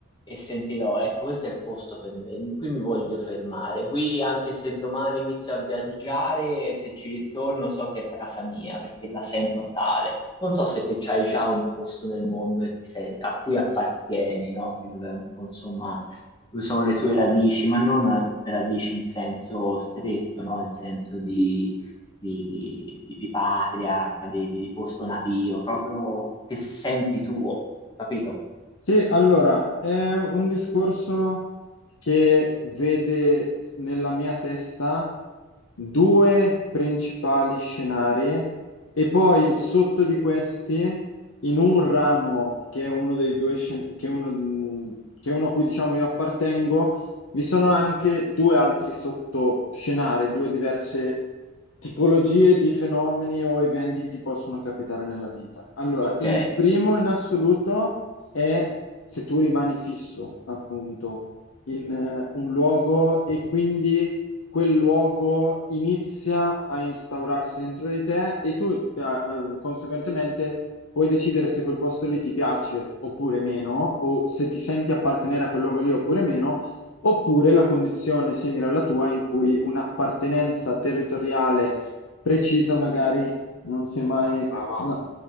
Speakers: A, on the left (about 20°); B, on the left (about 75°).
A: e sentirò, ecco, questo è il posto per me, qui mi voglio fermare, qui anche se domani inizio a viaggiare, se ci ritorno so che è casa mia perché la sento tale. Non so se te c'hai già un posto nel mondo che ti sen- a cui appartieni, no? Che dove è un po', insomma, dove sono le tue radici, ma non radici in senso stretto, no? In senso di, di, di- di- di patria, di, di- di posto natio, proprio che senti tuo, capito?
B: Sì, allora, è un discorso che vede nella mia testa due principali scenari e poi sotto di questi, in un ramo che è uno dei due scen- che è uno, mm, che è uno a cui diciamo io appartengo, vi sono anche due altri sottoscenari, due diverse tipologie di fenomeni o eventi che ti possono capitare nella vita. Allora,
A: Ok.
B: in primo in assoluto è se tu rimani fisso, appunto, in eh, un luogo e quindi quel luogo inizia a instaurarsi dentro di te e tu, eh, eh, conseguentemente, puoi decidere se quel posto lì ti piace oppure meno, o se ti senti appartenere a quel luogo lì oppure meno, oppure la condizione simile alla tua in cui un'appartenenza territoriale precisa magari non si è mai... Brava. no.